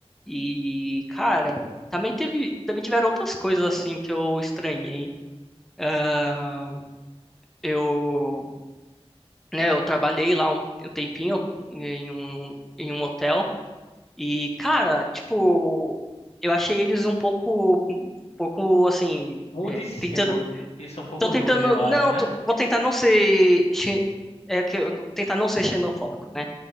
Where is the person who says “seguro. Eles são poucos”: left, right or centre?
Left